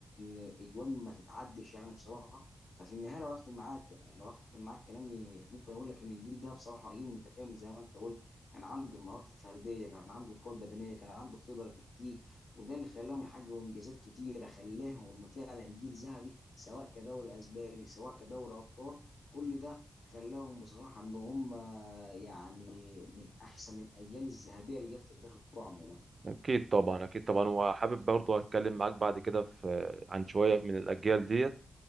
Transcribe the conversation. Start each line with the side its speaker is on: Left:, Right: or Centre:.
Left: الاجوان ما تتعدش يعني بصراحه ففي النهايه لو اختم معاك يعني لو اختم معاك كلامي ممكن اقول لك ان الجيل ده بصراحه جيل متكامل زي ما انت قلت كان عنده المهارات الفرديه كان عنده القوه البدنيه كان عنده خبره تكتيك وده اللي خلاهم يحققوا انجازات كتيره خلاهم فعلا جيل ذهبي سواء كدوري اسباني سواء كدوري ابطال كل ده خلاهم بصراحة إن هم يعني من أحسن الأجيال الذهبية اللي جت في تاريخ الكرة عموما
Right: اكيد طبعا اكيد طبعا وحابب برضو اتكلم معاك بعد كده في عن شويه من الاجيال ديت